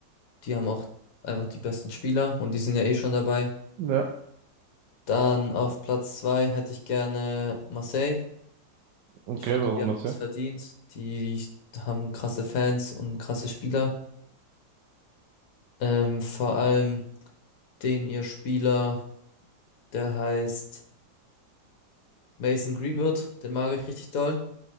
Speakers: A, on the left; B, on the right.
A: die haben auch einfach die besten Spieler und die sind ja eh schon dabei.
B: Ja.
A: Dann auf Platz zwei hätte ich gerne Marseille.
B: Okay,
A: Ich finde,
B: warum
A: die haben
B: Marseille?
A: es verdient. Die haben krasse Fans und krasse Spieler. Ähm, vor allem den ihr Spieler, der heißt Mason Greenwood, den mag ich richtig doll.